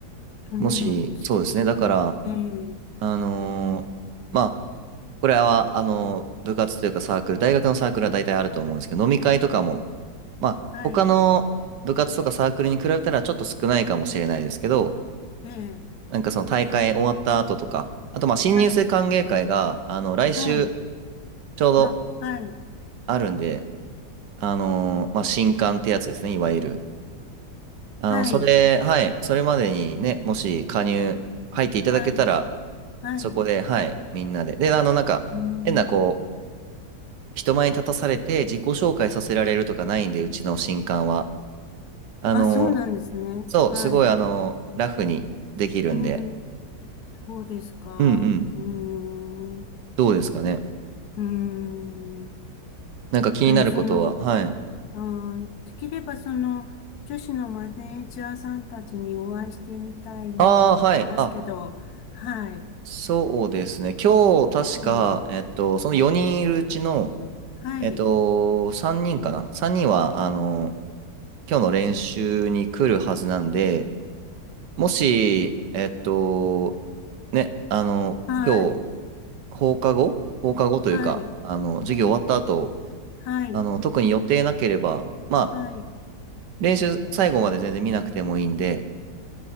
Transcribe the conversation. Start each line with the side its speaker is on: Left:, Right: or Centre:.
Left: そうなんですね。
Right: もし、そうですね。だから、
Left: ええ、
Right: あのーまあ、これは、あのー部活というかサークル、大学のサークルは大体あると思うんですけど、飲み会とかも、まあ、
Left: はい、
Right: 他の部活とかサークルに比べたらちょっと少ないかもしれないですけど、
Left: ええ、
Right: なんかその大会終わった後とか、あとまあ新入生歓迎会が、
Left: はい、
Right: あの、来週
Left: はい、
Right: ちょうど
Left: あ、はい、
Right: あるんで、あのーまあ、新刊ってやつですね、いわゆる。あの、
Left: はい、
Right: それ、はい、それまでにね、もし加入入っていただけたら、
Left: はい、はい、
Right: そこで、はい、みんなで。で、あの、なんか、
Left: うん、
Right: 変な、こう、人前に立たされて自己紹介させられるとかないんで、うちの新刊は。あの
Left: あ、そうなんですね。
Right: そう、
Left: はい、
Right: すごい、あのラフにできるんで。
Left: うん、そうですか。
Right: うんうん。
Left: うーん
Right: どうですかね。
Left: うーん。
Right: なんか気になることは、
Left: あの、その、
Right: はい。
Left: あー、できればその、女子のマネージャーさんたちにお会いしてみたいなと思いますけど、
Right: ああ、はい。あ、
Left: はい。
Right: そうですね。今日、確か、
Left: ええ、
Right: えっと、その4人いるうちの、
Left: はい。
Right: えっと、3人かな ?3 人は、あの、今日の練習に来るはずなんで、もし、えっと、ね、あの、
Left: はい。
Right: 今日、放課後放課後というか、
Left: はい。
Right: あの、授業終わった後、
Left: ええ、はい。
Right: あの、特に予定なければ、まあ、
Left: はい。
Right: 練習最後まで全然見なくてもいいんで、